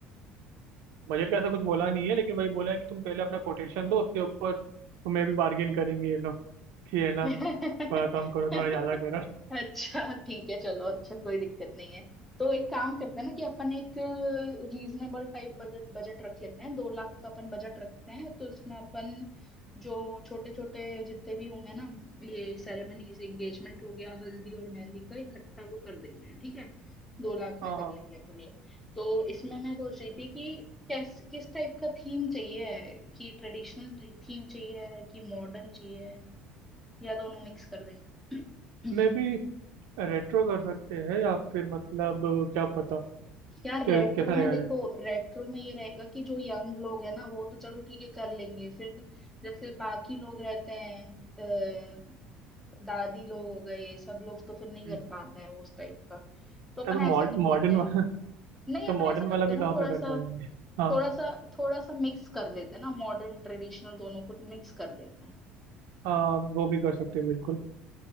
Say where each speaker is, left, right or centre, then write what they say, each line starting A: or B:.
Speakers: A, on the right (about 80°); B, in the centre.
A: बजट का ऐसा कुछ बोला नहीं है लेकिन वही बोला है कि तुम पहले अपना कोटेशन दो उसके ऊपर तुम्हें भी बार्गेन करेंगे ये लोग कि है ना
B: है <laughs>
A: थोड़ा कम करो थोड़ा ज़्यादा करो
B: अच्छा ठीक है चलो अच्छा कोई दिक्कत नहीं है तो एक काम करते हैं ना कि अपन एक रीजनेबल टाइप बजट बजट रख लेते हैं दो लाख का अपन बजट रखते हैं तो इसमें अपन जो छोटे छोटे जितने भी होंगे ना ये सेरेमनीज एंगेजमेंट हो गया हल्दी और मेहंदी का इकट्ठा वो कर देते हैं ठीक है दो लाख
A: हाँ
B: में कर
A: हाँ
B: लेंगे अपन ये तो इसमें मैं सोच रही थी कि कैस किस टाइप का थीम चाहिए है कि ट्रेडिशनल थीम चाहिए है कि मॉडर्न चाहिए है या दोनों मिक्स कर दे <clears throat>
A: मे भी रेट्रो कर सकते हैं या फिर मतलब क्या पता
B: यार
A: कै-
B: रेट्रो
A: कैसा रहेगा
B: में देखो
A: रेट
B: रेट्रो में ये रहेगा कि जो यंग लोग है ना वो तो चलो ठीक है कर लेंगे फिर जैसे बाकी लोग रहते हैं अ, दादी लोग हो गए ये सब लोग तो फिर नहीं
A: हम्म,
B: कर पाते हैं वो उस टाइप का तो अपन
A: तो मॉडर्न
B: ऐसा कर
A: मॉडर्न
B: देते हैं
A: वाला <laughs>
B: नहीं
A: तो
B: अपन
A: मॉडर्न
B: ऐसा
A: वाला
B: करते
A: भी
B: हैं
A: कहाँ
B: ना थोड़ा
A: पे कर
B: सा
A: पाएंगे हाँ
B: थोड़ा सा थोड़ा सा मिक्स कर लेते हैं ना मॉडर्न ट्रेडिशनल दोनों को मिक्स कर लेते हैं
A: हाँ वो भी कर सकते हैं बिल्कुल